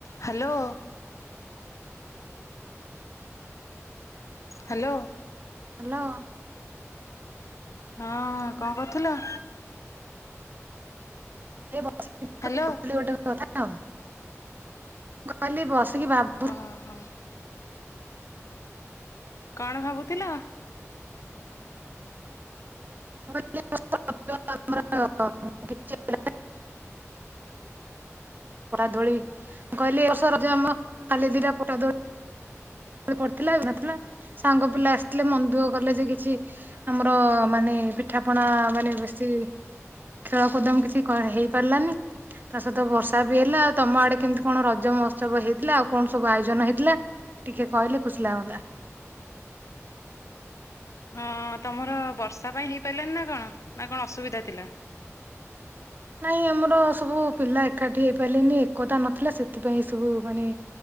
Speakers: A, on the left; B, on the right.
A: Hello. Hello.
B: Hello.
A: ହଁ କଁ କରୁଥିଲ।
B: ଏ ବସିଥିଲି
A: ହ୍ୟାଲୋ
B: <inaudible> କହିଲି ଗୋଟେ କଥା କଥା ଆଉ ମୁଁ କଇଲି ବସିକି ଭାବୁ
A: ଅଁହଁ। କଣ ଭାବୁଥିଲ?
B: <unintelligible> ଦୋଳିି ମୁଁ କହିଲି ଏ ବର୍ଷ ରଜ ଆମ ଖାଲି ଦିଇଟା ପଟା ଦୋଳିି ପଢିଥିଲା ନଥିଲା ସାଙ୍ଗ ପିଲା ଆସିଥିଲେ ମନ ଦୁଃଖ କଲେଯେ କିଛି ଆମର ମାନେ ପିଠା ପଣା ମାନେ ବେଶୀ ଖେଳ କୁଦମ୍ କିଛି କ ହେଇ ପାରିଲାନି। ତାସହିତ ବର୍ଷାବି ହେଲା ଆଉ ତମ ଆଡ଼େ କେମିତି କଣ ରଜ ମହୋତ୍ସବ ହେଇଥିଲା ଆଉ କଣ ସବୁ ଆୟୋଜନ ହେଇଥିଲା? ଟିକେ କହିଲେ ଖୁସି ଲାଗନ୍ତା?
A: ହଁ ତମର ବର୍ଷା ପାଇଁ ହେଇପାରିଲାନିନା କଣନା କଣ ଅସୁବିଧା ଥିଲା?
B: ନାଇଁ ଆମର ସବୁ ପିଲା ଏକାଠି ହେଇପାରିଲେନି ଏକତା ନଥିଲା ସେଥିପାଇଁ ସବୁ ମାନେ